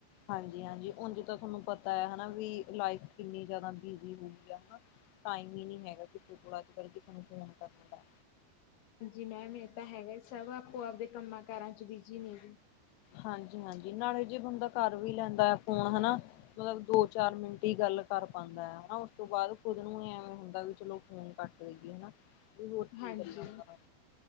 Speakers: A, on the left; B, on the left.
A: ਹਾਂਜੀ-ਹਾਂਜੀ ਉਝ ਤਾਂ ਥੋਹਾਨੂੰ ਪਤਾ ਹੈ ਵੀ ਲਾਈਫ ਕਿੰਨੀ ਜ਼ਿਆਦਾ ਬਿਜੀ ਹੋਗੀ ਆ ਹਨਾ। ਟਾਈਮ ਹੀ ਨੀ ਹੈਗਾ ਕਿਸੇ ਕੋਲ ਅੱਜ-ਕੱਲ੍ਹ ਕਿਸੇ ਨੂੰ ਫੋਨ ਕਰਨ ਦਾ।
B: ਹਾਂਜੀ ਮੈਮ ਇਹ ਤਾਂ ਹੈਗਾ ਸਭ ਆਪੋ ਆਪਦੇ ਕੰਮਾਂ ਕਾਰਾਂ ਚ ਬਿਜੀ ਨੇ ਜੀ।
A: ਹਾਂਜੀ - ਹਾਂਜੀ ਨਾਲੇ ਜੇ ਬੰਦਾ ਕਰ ਵੀ ਲੈਦਾ ਆ ਫੋਨ ਹਨਾ ਮਤਲਬ ਦੋ ਚਾਰ ਮਿੰਟ ਹੀ ਗੱਲ ਕਰ ਪਾਦਾ ਹੈ। ਹਨਾ ਉਸ ਤੋਂ ਬਾਅਦ ਖੁਦ ਨੂੰ ਐਵੇਂ ਹੁੰਦਾ ਵੀ ਚਲੋ ਫ਼ੋਨ ਕੱਟ ਦੇਈਏ। ਹਨਾ ਵੀ ਹੋਰ ਕੀ
B: ਹਾਂਜੀ।
A: ਗੱਲਾਂ ਕਰਾਂ।